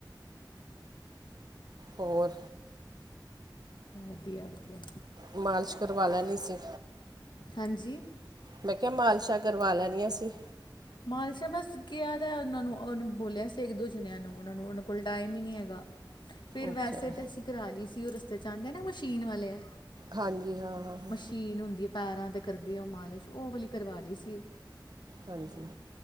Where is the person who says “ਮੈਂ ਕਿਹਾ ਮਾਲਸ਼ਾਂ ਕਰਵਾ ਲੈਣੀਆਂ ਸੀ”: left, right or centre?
Right